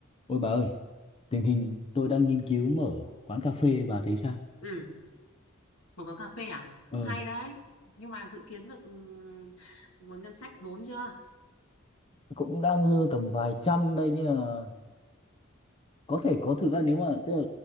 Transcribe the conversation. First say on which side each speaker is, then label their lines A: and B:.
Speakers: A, on the left; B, on the left.
A: Ôi bà ơi, tình hình tôi đang nghiên cứu mở quán cà phê, bà thấy sao?
B: Ừ, một quán cà phê à?
A: Ờ,
B: Cũng hay đấy. Nhưng mà dự kiến được ừm, nguồn ngân sách vốn chưa?
A: cũng đang dư tầm vài trăm đây nhưng mà có thể có thực ra nếu mà tức là